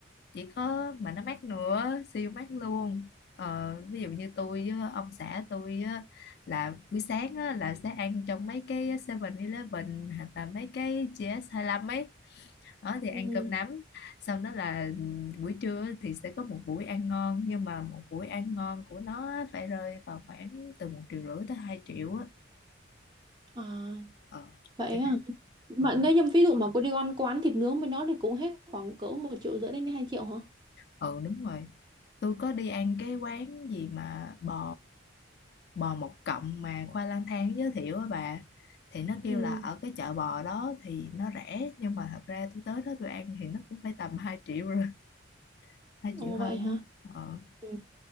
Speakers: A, on the left (about 50°); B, on the right (about 20°).
A: chỉ có mà nó mát nữa siêu mát luôn ờ, ví dụ như tôi với ông xã tôi á, là buổi sáng á, là sẽ ăn trong mấy cái 7-Eleven hoặc là mấy cái gs lăm ấy đó thì ăn
B: Ừ.
A: cơm nắm sau đó là ừ, buổi trưa á thì sẽ có một buổi ăn ngon nhưng mà một buổi ăn ngon của nó á phải rơi vào khoảng từ một triệu rưỡi tới hai triệu á
B: À,
A: ờ
B: vậy
A: cái
B: à.
A: này
B: Mà
A: ờ,
B: nếu như ví dụ mà cô đi ăn quán thịt nướng với nó thì cũng hết khoảng cỡ một triệu rưỡi đến 2 triệu hả?
A: ừ đúng rồi tôi có đi ăn cái quán gì mà bò bò một cọng mà khoa lang thang giới thiệu á bà thì nó kêu
B: Ừ.
A: là ở cái chợ bò đó thì nó rẻ nhưng mà thật ra tôi tới đó tôi ăn thì nó cũng phải tầm 2 triệu rồi <laughs> hai
B: Ồ
A: triệu hơn
B: vậy hả?
A: á ờ
B: Ừ,